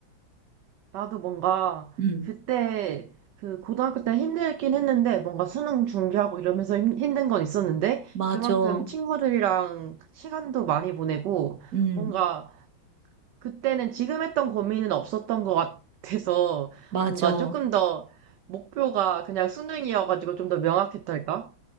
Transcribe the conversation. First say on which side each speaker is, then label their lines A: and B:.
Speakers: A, on the right; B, on the right.
A: 나도 뭔가
B: 응,
A: 그때, 그 고등학교 때 힘들긴 했는데, 뭔가 수능 준비하고 이러면서 힘, 힘든 건 있었는데,
B: 맞아.
A: 그만큼 친구들이랑 시간도 많이 보내고,
B: 응,
A: 뭔가 그때는 지금 했던 고민은 없었던 것 같아서
B: 맞아.
A: 뭔가 조금 더 목표가 그냥 수능이어가지고 좀 더 명확했달까?